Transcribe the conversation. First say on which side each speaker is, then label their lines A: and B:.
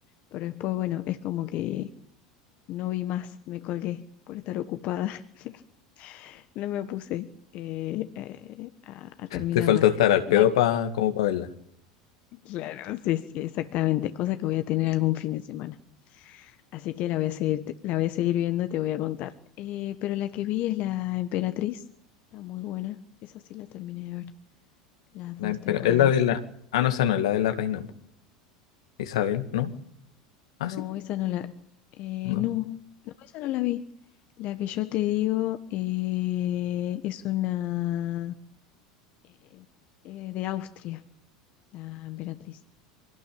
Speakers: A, on the left (about 50°); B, on the left (about 70°).
A: pero después, bueno, es como que no vi más, me colgué por estar ocupada, <laughs> no me puse eh, eh, a,
B: <laughs>
A: a terminarla.
B: Te falta estar al
A: La,
B: pedo pa, como para verla.
A: claro, sí, sí, exactamente, cosa que voy a tener algún fin de semana. Así que la voy a seguir, la voy a seguir viendo y te voy a contar. Eh, pero la que vi es la Emperatriz. Está muy buena. Esa sí la terminé de ver. Las
B: La
A: dos
B: empera-
A: temporadas.
B: es la de la... Ah, no, esa no, es la de la reina. po. Isabel, ¿no? Ah,
A: No,
B: sí,
A: esa no la. eh,
B: no.
A: no, no, esa no la vi. La que yo te digo eh, es una eh, eh, de Austria, la Emperatriz.